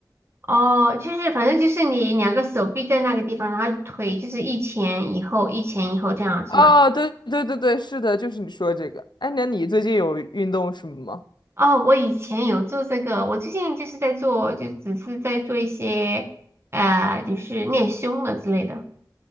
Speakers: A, on the right (about 35°); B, on the left (about 80°).
A: 哦，就是反正就是你两个手臂在那个地方，然后腿就是一前一后，一前一后这样是吗？
B: 哦，对对对对，是的，就是你说的这个。哎，那你最近有运动什么吗？
A: 哦，我以前有做这个，我最近就是在做，就只是在做一些，呃，就是练胸的之类的